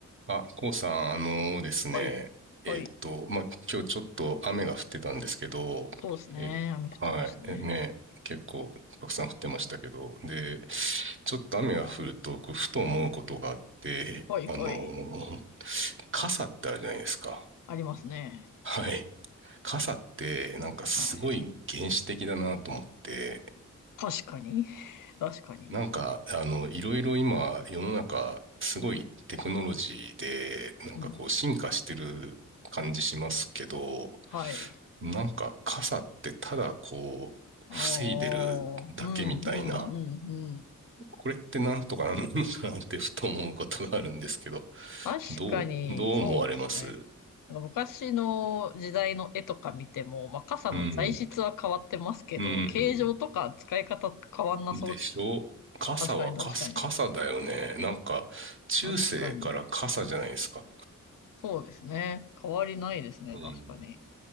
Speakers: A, on the right; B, on the left.
A: あ、こうさん、あのですね、
B: はい。はい。
A: えっと、まあ、今日ちょっと雨が降ってたんですけど、
B: そうですね。
A: え、
B: 雨降ってましたね。
A: はい、えね、結構たくさん降ってましたけど、で、ちょっと雨が降ると、こうふと思うことがあって、
B: はい、
A: あの、
B: はい。
A: 傘ってあるじゃないですか。
B: ありますね。
A: はい。傘って、なんかすごい原始的だなと思って、
B: はい。確かに。<laughs> 確かに。
A: なんか、あの、いろいろ今、世の中、すごいテクノロジーで、なんかこう、
B: うん。
A: 進化してる感じしますけど、
B: はい。
A: なんか、傘ってただこう、
B: ああ、
A: 防いでるだけみたいな、
B: うん、うん、うん、うん。
A: これってなんとかなんのかなってふと思うことがあるんですけど、
B: 確かに、
A: どう、どう思われます
B: そうですね。なんか昔の時代の絵とか見ても、まあ、傘の材質は変わってますけど、
A: うん。うん。
B: 形状とか使い方変わんなそう。
A: でしょ傘は傘、
B: 確かに、確かに。
A: 傘だよね。なんか、中世から傘じゃないですか。
B: 確かに。そうですね。変わりないですね。
A: うん。
B: 確かに。